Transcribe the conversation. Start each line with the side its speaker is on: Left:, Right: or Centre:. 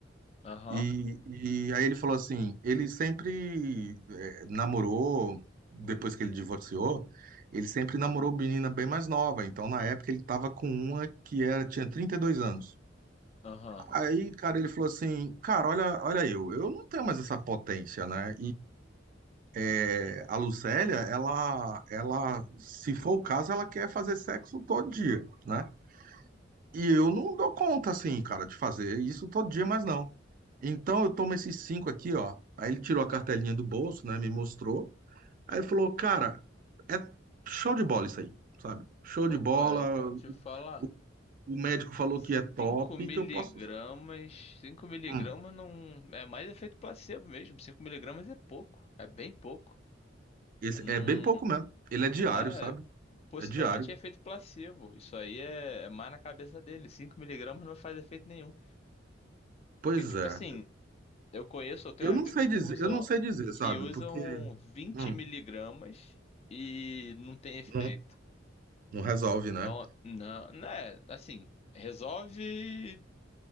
Left: Aham,
Right: E, e aí ele falou assim, ele sempre eh, namorou, depois que ele divorciou, ele sempre namorou menina bem mais nova, então na época ele tava com uma que era, tinha 32 anos.
Left: aham.
Right: Aí, cara, ele falou assim, cara, olha, olha eu, eu não tenho mais essa potência, né? é, a Lucélia, ela, ela, se for o caso, ela quer fazer sexo todo dia, né? E eu não dou conta, assim, cara, de fazer isso todo dia, mas não. Então eu tomo esses cinco aqui, ó. Aí ele tirou a cartelinha do bolso, né? Me mostrou. Aí falou, cara, é show de bola isso aí, sabe? Show
Left: Pô,
Right: de bola.
Left: cara, deixa eu falar.
Right: O, o médico falou
Left: 5
Right: que é top,
Left: miligramas,
Right: que eu posso usar.
Left: 5 miligramas
Right: Hum,
Left: não... É mais efeito placebo mesmo, 5 miligramas é pouco, é bem pouco.
Right: esse
Left: Não...
Right: é bem pouco mesmo. Ele é diário,
Left: É...
Right: sabe?
Left: Possivelmente
Right: É diário.
Left: é efeito placebo. Isso aí é, é mais na cabeça dele. cinco miligramas não faz efeito nenhum.
Right: Pois
Left: Porque, tipo
Right: é.
Left: assim, Eu conheço, eu tenho
Right: Eu
Left: amigos
Right: não sei dizer,
Left: que usam
Right: eu não sei dizer, sabe?
Left: que usam
Right: Porque
Left: 20
Right: hum,
Left: miligramas e não tem efeito.
Right: não, não resolve, né?
Left: Então, não, não é assim, resolve